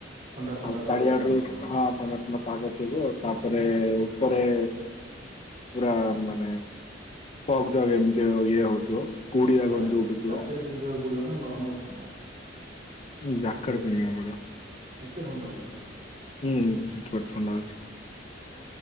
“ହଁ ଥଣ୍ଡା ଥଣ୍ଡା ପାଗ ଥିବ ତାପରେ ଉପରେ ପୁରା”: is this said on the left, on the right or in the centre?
Left